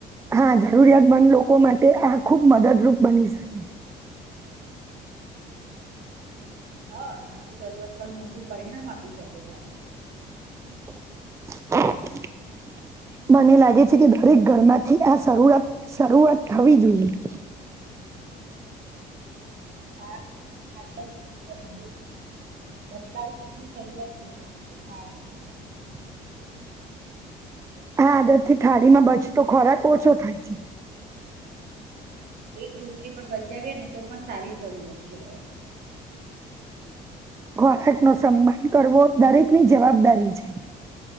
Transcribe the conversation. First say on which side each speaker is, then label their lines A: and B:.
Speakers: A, on the right; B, on the right.
A: હા જરૂરિયાતમંદ લોકો માટે આ ખુબ મદદરૂપ બની શકે છે.
B: હા નાની શરૂઆત પણ મોટું પરિણામ આપી શકે છે આપણને
A: <inaudible> <inaudible> મને લાગે છે કે દરેક ઘરમાંથી આ શરૂઆરૂ શરૂઆત થવી જોઈએ <inaudible> <inaudible>
B: હા <unintelligible> <unintelligible> બદલાવ ની શરૂઆત થઈ શકે છેજથી <unintelligible>
A: <inaudible> <inaudible> આ આદત થી થાળી માં બચતો ખોરાક ઓછો થાય છે.
B: એક રોટલી પણ બચાવી ને તો પણ સારી શરૂઆત કેહેવાય આપણે
A: ખોરાક નો સન્માન કરવો દરેકની જવાબદારી છે.